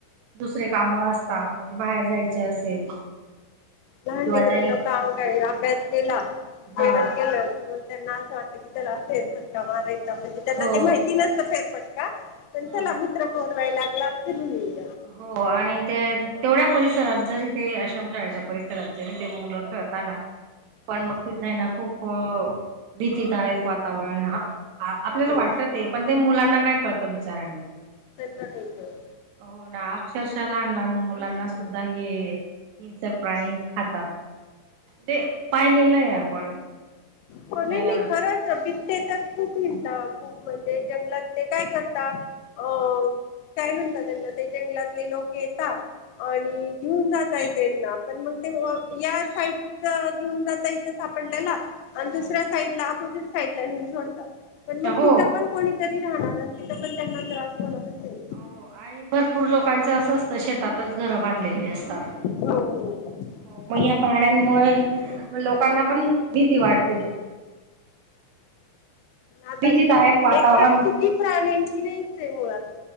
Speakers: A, on the right; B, on the left.
A: दुसरे काम असता, म्हणजे बाहेर जायचे असेल.
B: लहान
A: किंवा
B: लेकरांला
A: ते
B: काम काही अभ्यास केला जेवण
A: हो
B: केलं कि - त्यांना असं वाटतं, की त्याला फेर फटका मारायचा - म्हणजे त्यांना
A: हो
B: ते माहिती नसतं फेर - <unintelligible>
A: हम्म
B: चला मित्र ब <unintelligible> लागला फिरून येऊ
A: हो आणि ते तेवढ्या परिसरात, जरी ते आश्रमशाळेच्या परिसरात. जरी ते मुल खेळता ना पण मग तीथे ना खूप भीतीदायक वा. वातावरण हा आपल्याला
B: हो
A: वाटत. ते पण ते मुलांना काय कळतं बिचाऱ्याना
B: त्यांना नाही कळत.
A: हो ना अक्षरशः लहान लहान मुलांना सुद्धा हे हिंसक प्राणी खातात, तेे पाहिलेलं आहे आपण
B: हो नाही
A: हम्म
B: नाही खरंच ते तर खूप म्हणता खूप म्हणजे जंगलात ते काय करता अ काय म्हणता त्यांना ते जंगलातले लोक येता. आणि घेऊन जातय. त्यांना पण मग ते या साईडच घेऊन जाता इथं सापडल्याला
A: हम्म
B: आणि दुसऱ्या साइड ला अपोजिट साईड ला नेऊन सोडता. पण मग
A: हो
B: तिथ पण कोणीतरी. राहणार तिथ पण त्यांना त्रास होणारच. आहे
A: हो आणि भरपूर लोकांच असं असतं शेतातच घरं बांधलेली असतात.
B: हो हो.
A: मग या प्राण्यांमुळे लोकांना पण भीती वाटते.
B: आता
A: भीतीदायक वातावरण
B: एक तर चुकी प्रान्यांची नाहीच, आहे मुळात